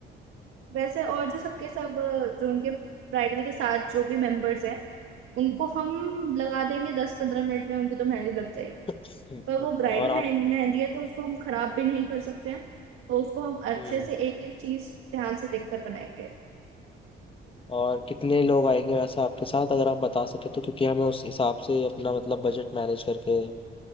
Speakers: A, on the right; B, on the left.
A: वैसे और जो सबके सब अ, जो उनके ब्राइडल के साथ जो भी मेंबर्स हैं उनको हम लगा देंगे दस पंद्रह मिनट में उनकी तो मेहंदी लग जाएगी
B: <laughs> हम्म,
A: पर वो ब्राइडल
B: और आप
A: मेहंदी है तो उसको हम खराब भी नहीं कर सकते हैं तो उसको हम अच्छे
B: हम्म
A: से एक एक चीज ध्यान से देखकर बनाएंगे
B: और कितने लोग आएंगे वैसे आपके साथ अगर आप बता सके तो क्योंकि हमें उस हिसाब से अपना मतलब बजट मैनेज करके